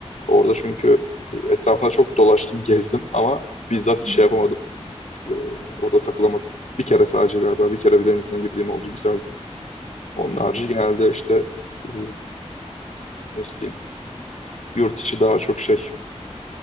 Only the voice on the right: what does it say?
Hı hı.
Hı
hı.